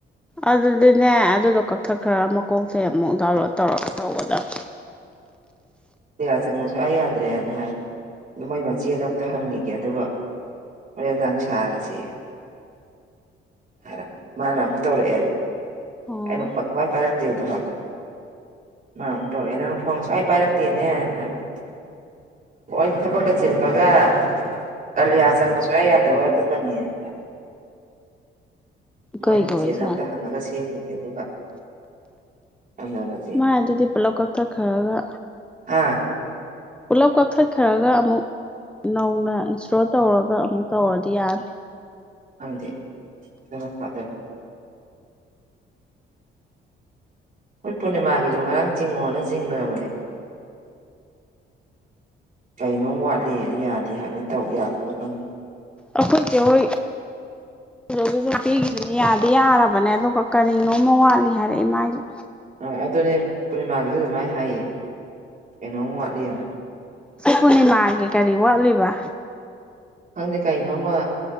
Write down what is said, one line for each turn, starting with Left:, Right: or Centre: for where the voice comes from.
Centre: ꯑꯗꯨꯗꯤꯅꯦ ꯑꯗꯨꯗꯣ ꯀꯛꯊꯠꯈ꯭ꯔ ꯃꯀꯣꯛꯇꯩ ꯑꯃꯨꯛ ꯗꯥꯎꯟꯂꯣꯗ ꯇꯧꯔꯒ ꯇꯧꯒꯗꯝ꯫
Right: <inaudible> ꯀꯌꯥ ꯆꯪꯕ ꯁꯨꯌꯥ ꯌꯥꯗ꯭ꯔꯦꯅ ꯍꯥꯏ ꯑꯗꯨ ꯃꯣꯏ ꯃꯆꯦꯗ ꯑꯝꯇ ꯍꯪꯈꯤꯒꯦ ꯑꯗꯨꯒ ꯍꯣꯔꯦꯟꯗꯥꯡ ꯁꯥꯔꯁꯤ <unintelligible> ꯃꯥꯅ ꯃꯨꯛ ꯇꯧꯔꯛꯑꯦꯕ
Centre: ꯑꯣ
Right: ꯑꯩꯅ ꯐꯣꯟ <unintelligible> ꯄꯥꯏꯔꯛꯇꯦꯕꯗꯣ ꯍꯕꯗꯣ꯫ ꯃꯥ ꯑꯃꯨ ꯇꯧꯔꯛꯑꯦ ꯅꯪꯅ ꯐꯣꯟꯒ ꯁꯨꯄꯥꯏ ꯄꯥꯏꯔꯛꯇꯦꯅꯦꯅ ꯍꯥꯏꯕ <unintelligible> ꯊꯕꯛ ꯀ ꯆꯤꯟꯕꯒ ꯀꯂꯤꯌꯥ ꯆꯪꯕ ꯁꯨꯡꯌꯥ ꯌꯥꯗꯕ ꯑꯗꯨꯒꯅꯤꯅ ꯍꯥꯏ꯫ ꯃꯣꯏ
Centre: ꯀꯩꯒꯤ
Right: ꯃꯆꯦꯗ
Centre: ꯑꯣꯏꯖꯥꯠꯅꯣ
Right: ꯑꯝꯇ ꯍꯪꯉꯒ ꯁꯦꯝꯒꯤꯒꯦ ꯑꯗꯨꯒ ꯆꯠꯅꯔꯁꯦ
Centre: ꯃꯥꯥꯏ ꯑꯗꯨꯗꯤ ꯄꯨꯂꯞ ꯀꯛꯊꯠꯈ꯭ꯔꯒ
Right: <unintelligible>
Centre: ꯄꯨꯂꯞ ꯀꯛꯊꯠꯈꯔꯒ ꯑꯃꯨꯛ ꯅꯧꯅ ꯏꯟꯁꯔꯣ ꯇꯧꯔꯒ ꯑꯃꯨꯛ ꯇꯧꯔꯗꯤ ꯌꯥꯅꯤ꯫
Right: ꯈꯪꯗꯦ ꯑꯗꯨꯅ ꯐꯗꯣꯔꯥ꯫ ꯈꯣꯏ ꯄꯨꯔꯅꯤꯃꯥꯒꯤꯁꯨ ꯉꯔꯥꯡ ꯆꯤꯡꯉꯣꯅ ꯆꯤꯡꯈ꯭ꯔꯕꯅꯦ꯫ ꯀꯩꯅꯣꯝ ꯋꯥꯠꯂꯤꯅ ꯌꯥꯗꯦ ꯍꯥꯏꯕꯅꯦ ꯇꯧ ꯌꯥꯗ꯭ꯔꯕ ꯈꯪꯗꯦ꯫
Centre: ꯑꯈꯣꯏ ꯆꯦꯍꯣꯢ <unintelligible> ꯄꯤꯈꯤꯕꯅꯦ ꯌꯥꯗꯤ ꯌꯥꯔꯕꯅꯦ ꯑꯗꯨꯒ ꯀꯔꯤꯅꯣꯝꯃ ꯋꯥꯠꯂꯤ ꯍꯥꯏꯔꯛꯏ ꯃꯥꯏꯁꯨ꯫
Right: ꯑ ꯑꯗꯨꯅꯦ ꯄꯨꯔꯅꯤꯃꯥꯒꯤꯁꯨ ꯗꯨꯃꯥꯏꯅ ꯍꯥꯏꯌꯦ ꯀꯩꯅꯣꯝ ꯋꯥꯠꯂꯤꯅ꯫
Centre: <unintelligible> ꯄꯨꯔꯅꯤꯃꯥꯒꯤ ꯀꯔꯤ ꯋꯥꯠꯂꯤꯕ?
Right: ꯈꯪꯗꯦ ꯀꯩꯅꯣꯝꯃ